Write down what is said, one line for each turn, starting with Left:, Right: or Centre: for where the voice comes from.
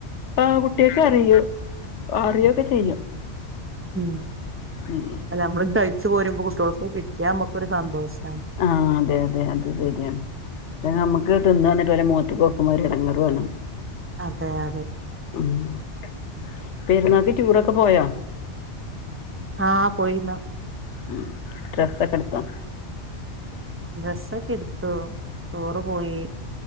Left: ആ കുട്ടിഴാക്ക് അറിയു അറിയോക്കെ ചെയ്യും.
Right: മ്മ്
Left: ഉം
Right: അല്ല നമ്മള് കഴിച്ച് പോരുമ്പോ കുട്ട്യാക്കും കിട്ടിയാ നമുക്കൊരു സന്തോഷം.
Left: ആഹ് അതെ അതെ അത് ശരിയാണ് അ നമക്ക് ക്ക് തിന്നാ ന്നിട്ട് പോലെ മോത്ത്ക്ക് നോക്കുമ്പോരെടങ്ങറാണ്.
Right: അതെ അത്.
Left: മ്മ് പെരുന്നാക്ക് ടൂറൊക്കെ പോയോ?
Right: ആ പോയിന്നു.
Left: ഉം ഡ്രസ്സ്‌ഒക്കെ എടുത്തോ?
Right: ഡ്രസ്സ്ഓക്കെ എടുത്തു ടൂർ പോയി.